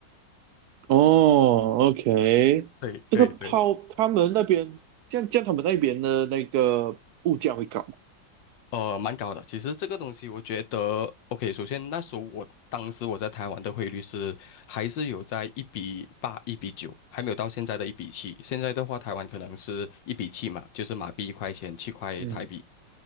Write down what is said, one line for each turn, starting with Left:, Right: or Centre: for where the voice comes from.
Right: 哦，OK，
Left: 对对对，
Right: 这个泡他们那边，像像他们那边的那个物价会高吗？
Left: 呃，蛮高的。其实这个东西，我觉得，OK，首先那时候我当时我在台湾的汇率是还是有在一比八、一比九，还没有到现在的一比七。现在的话，台湾可能是一比七嘛，就是马币一块钱，七块台币。
Right: 嗯